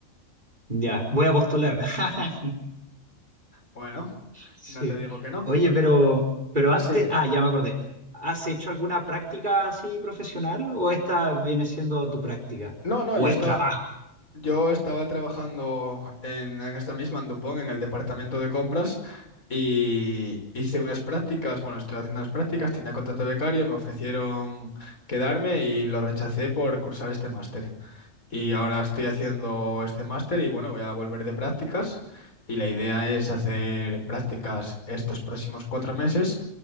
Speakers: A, on the right (about 35°); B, on the left (about 85°).
A: Ya, voy a postular. <laughs>
B: Bueno,
A: Sí.
B: no te digo que no.
A: Oye, pero, pero antes,
B: Sí.
A: ah, ya me acordé. ¿Has hecho alguna práctica así profesional o esta viene siendo tu práctica?
B: No, no,
A: ¿O
B: yo estaba,
A: es trabajo
B: Yo estaba trabajando en, en esta misma, en Dupont, en el departamento de compras, y hice unas prácticas, bueno, estoy haciendo unas prácticas, tenía contrato de becario, me ofrecieron quedarme y lo rechacé por cursar este máster. Y ahora estoy haciendo este máster y bueno, voy a volver de prácticas y la idea es hacer prácticas estos próximos cuatro meses